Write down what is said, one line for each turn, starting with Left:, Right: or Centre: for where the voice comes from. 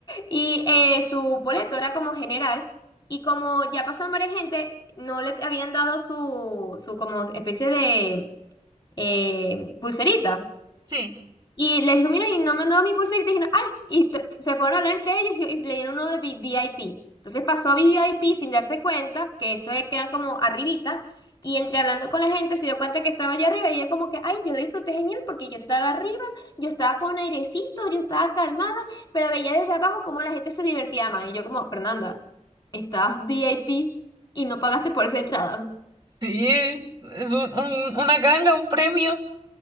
Left: y eh, su boleto era como general. Y como ya pasaron varias gente, no le habían dado su, su como especie de eh, pulserita.
Right: Sí.
Left: Y les dijo, mira, y no me han dado mi pulsera Y te dijeron, ay, y t- se fueron a hablar entre ellos y, y le dieron uno de vi- VIP. Entonces pasó VIP sin darse cuenta, que eso es- queda como arribita. Y entre hablando con la gente se dio cuenta que estaba allá arriba y yo como que, ay, yo la disfruté genial porque yo estaba arriba, yo estaba con airecito, yo estaba calmada, pero veía desde abajo cómo la gente se divertía más. Y yo como, Fernanda, estabas VIP y no pagaste por esa entrada.
Right: Sí, es un- un- una ganga, un premio.